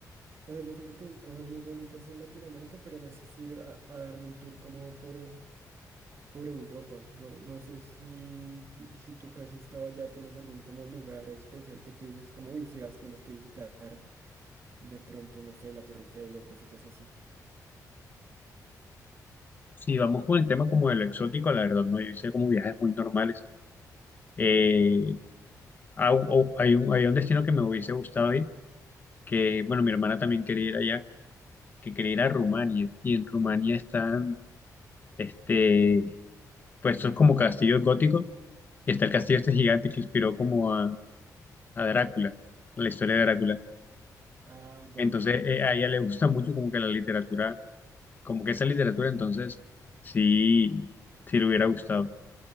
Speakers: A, on the right; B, on the left.
A: O sea, yo siento que hay cosas muy bonitas en Latinoamérica, pero no sé si ir a, a darme un tour como por, por Europa. No, no sé si, si tú que has estado allá tienes algún como lugar especial que tú dices como, uy, si vas tienes que visitar de pronto, no sé, la Torre Eiffel o cositas así.
B: si vamos con el tema como de lo exótico, la verdad, no, yo hice como viajes muy normales. Eh, a- o- hay un, hay un destino que me hubiese gustado ir, que, bueno, mi hermana también quería ir allá, que quería ir a Rumania, y en Rumania están, este, pues son como castillos góticos, y está el castillo este
A: Ok.
B: gigante que inspiró como a, a Drácula, la historia de Drácula.
A: Ah, ya,
B: Entonces,
A: ya sé cuál
B: eh,
A: es.
B: a ella le gusta mucho como que la literatura, como que esa literatura, entonces, sí, sí le hubiera gustado.